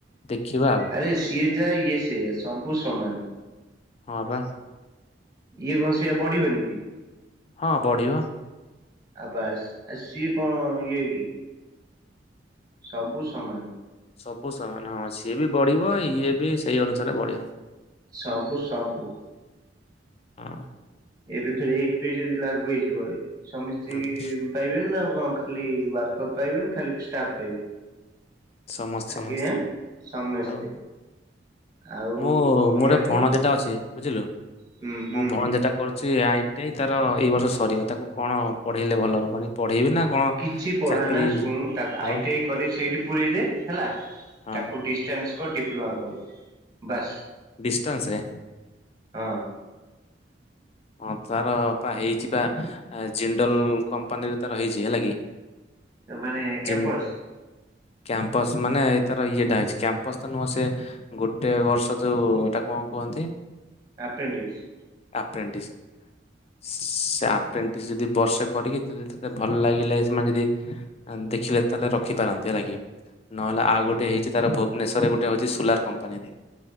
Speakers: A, on the left; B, on the right.
A: ଦେଖିବା ଆଉ।
B: ଆରେ ସିଏ ଯାହା ଇଏ ସିଏ ସବୁ ସମାନ।
A: ହଁ ବା
B: ଇଏ କଣ ସେଆ ବଢ଼ିବନି କି?
A: ହଁ ବଢ଼ିବ।
B: ଆଉ ବାସ୍ ଆ ସିଏ କଣ ଇଏ କି? ସବୁ ସମାନ
A: ସବୁ ସମାନ ହଁ ସିଏ ବି ବଢ଼ିବ। ଇଏ ବି ସେଇ ଅନୁସାରେ ବଢ଼ିବ।
B: ସବୁ ସବୁ
A: ହୁଁ।
B: ଏବେ ଫେର ଏଇଥ ପେ ଯଦି ଲାଗୁ ହେଇଯିବ। ସମିସ୍ତିଙ୍କି
A: ହୁଁ।
B: ପେଇବେନି ନା ଙ୍କ ଖାଲି ୱାର୍କର ପାଇବେନି ଖାଲି ଷ୍ଟାଫ୍ ପାଇବେ।
A: ସମସ୍ତେ ସମସ୍ତେ
B: ଆଜ୍ଞା ସମସ୍ତେ।
A: ଆଉ
B: ଆଉ
A: ମୁଁ ମୋର
B: ଏଇଆ କଣ
A: ଭଣଜାଟା ଅଛି। ବୁଝିଲୁ
B: ହୁଁ ହୁଁ
A: ମୋ ଭଣଜାଟା କରୁଛି ଆଇଟିଆଇ ତାର ଏଇ ବର୍ଷ ସରିବ। ତାକୁ କଣ ପଢ଼େଇଲେ ଭଲ ହବ କହନି? ପଢେଇବି ନା କଣ?
B: କିଛି ପଢ଼ାନା
A: ଚାକିରି
B: ଶୁଣୁ ତା ଆଇଟିଆଇ
A: ଆଉ
B: କରିକି ସେଇଟି ପୂରେଇ ଦେ। ହେଲା
A: ହଁ
B: ତାକୁ ଡିଷ୍ଟାନ୍ସ କ ଡିପ୍ଲୋମା କରୁ ବାସ୍
A: ଡିଷ୍ଟାନ୍ସରେ
B: ହଁ।
A: ହଁ ତାର ପା ହେଇଛି ବା ଜିଣ୍ଡଲ କମ୍ପାନୀରେ ତାର ହେଇଛି ହେଲା କି।
B: ମାନେ
A: ଜିନ୍
B: କ୍ୟାମ୍ପସ
A: କ୍ୟାମ୍ପସ ମାନେ ଏ ତାର ଇଏଟା ଅଛି। କ୍ୟାମ୍ପସ ତ ନୁହଁ ତ ସିଏ ଗୋଟେ ବର୍ଷ ଯୋଉ ଏଟା କଣ କୁହନ୍ତି?
B: ଆପେଣ୍ଡିକ୍ସ
A: ପ୍ରେଣ୍ଟିସ ସେ ଆପ୍ରେଣ୍ଟିସ୍ ଯଦି ବର୍ଷେ କରିକି ତତେ ଯଦି ତତେ ଭଲ ଲାଗିଲେ ସେମାନେ ଯଦି ଦେଖିଲେ ତାହେଲେ ରଖିପାରନ୍ତି ହେଲା କିି। ନହେଲେ
B: ହୁଁ
A: ଆଉ ଗୋଟେ ହେଇଛି ତାର ଭୁବନେଶ୍ୱରରେ ଗୋଟେ ହେଉଛି ସୋଲାର କମ୍ପାନୀରେ